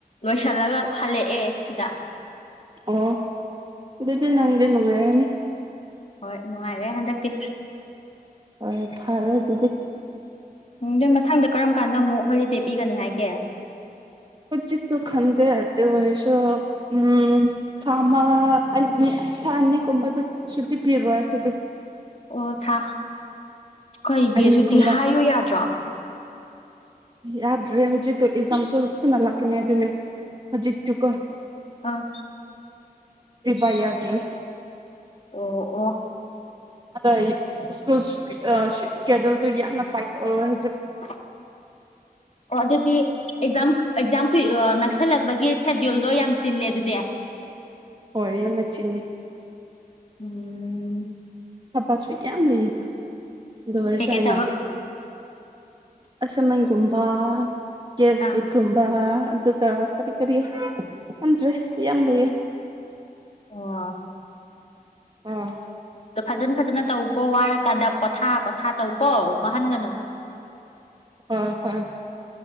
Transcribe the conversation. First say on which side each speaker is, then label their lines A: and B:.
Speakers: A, on the left; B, on the right.
A: ꯤꯁꯜꯂꯒ ꯍꯜꯂꯛꯑꯦ ꯁꯤꯗ
B: ꯑꯣ ꯑꯗꯨꯗꯤ ꯅꯪꯗꯤ ꯅꯨꯡꯉꯥꯏꯔꯅꯤ
A: ꯍꯣꯏ ꯅꯨꯡꯉꯥꯏꯔꯦ ꯍꯟꯗꯛꯇꯤ
B: ꯍ ꯊꯔ ꯑꯗꯨꯕ
A: ꯅꯣꯏ ꯃꯊꯪꯗ ꯀꯔꯝ ꯀꯥꯟꯗ ꯑꯃꯨꯛ ꯍꯣꯂꯤꯗꯦ ꯄꯤꯒꯅꯤ ꯍꯥꯏꯒꯦ
B: ꯈꯨꯖꯤꯁꯨꯨ ꯈꯟꯗꯦ ꯑꯗꯨ ꯑꯗꯨ ꯑꯣꯏꯔꯁ ꯎꯝ ꯊꯥ ꯑꯃ ꯑꯅꯤ ꯊꯥ ꯑꯅꯤꯒꯨꯝꯕꯗꯨ ꯁꯨ ꯄꯤꯕꯤꯔꯣ ꯑꯩꯈꯣꯏꯗꯗꯤ
A: ꯑꯣ ꯁꯥ ꯀꯩꯒꯤ
B: ꯑꯅꯤꯒꯨꯝꯕ
A: ꯁꯨꯇꯤ ꯍꯥꯏꯌꯨ ꯌꯥꯗ꯭ꯔꯣ
B: ꯌꯥꯗ꯭ꯔꯦ ꯍꯧꯖꯤꯛꯇꯣ ꯑꯦꯛꯖꯥꯝꯁꯨ ꯀꯅ ꯂꯥꯛꯀꯅꯤ ꯑꯗꯨꯅꯦ ꯍꯧꯖꯤꯛꯇꯤꯀꯣ
A: ꯑꯥ
B: ꯑꯗꯨꯔꯤꯚꯏ ꯌꯥꯗ꯭ꯔꯦ
A: ꯑꯣ ꯑꯣ
B: ꯑꯗ ꯁꯀꯨꯜ ꯏꯁꯀꯦꯗꯨꯜꯗꯨ ꯌꯥꯝꯅ ꯄꯥꯏꯛ ꯑꯣꯏ ꯍꯧꯖꯤꯛ
A: <unintelligible> <unintelligible> ꯑꯣ ꯑꯗꯨꯗꯤ ꯑꯦꯛꯖꯥꯝ ꯑꯦꯛꯖꯥꯝ ꯀꯏ ꯅꯛꯁꯜꯂꯛꯄꯒꯤ ꯁꯦꯗ꯭ꯌꯨꯜꯗꯣ ꯌꯥꯝ ꯆꯤꯜꯂꯦ ꯑꯗꯨꯗꯤ <unintelligible>
B: ꯍꯣꯏ ꯌꯥꯝꯅꯆꯤꯉꯦ
A: ꯎꯝ
B: ꯊꯄꯥꯁꯨꯨ ꯌꯥꯝ ꯂꯩ ꯗ ꯑꯣꯏꯔꯁꯥꯏꯅ
A: ꯀꯩꯀꯩ ꯊꯕꯛ
B: ꯑꯁꯃꯟꯒꯨꯝꯕ ꯀꯦꯁ
A: ꯑꯥ
B: ꯐꯨꯠꯒꯨꯝꯕ ꯑꯗꯨꯒ ꯀꯔꯤ ꯀꯔꯤ ꯈꯟꯗ꯭ꯔꯦ ꯌꯥꯝ ꯂꯩꯌꯦ
A: ꯑ
B: ꯑꯥ
A: ꯑꯣ ꯐꯖꯟ ꯐꯖꯅ ꯇꯧꯀꯣ ꯋꯥꯔꯀꯥꯟꯗ ꯄꯣꯊꯥ ꯄꯣꯊꯥ ꯇꯧ ꯀꯣ ꯋꯥꯍꯥꯟꯒꯅꯣ
B: ꯍꯣꯏ ꯍꯣꯏ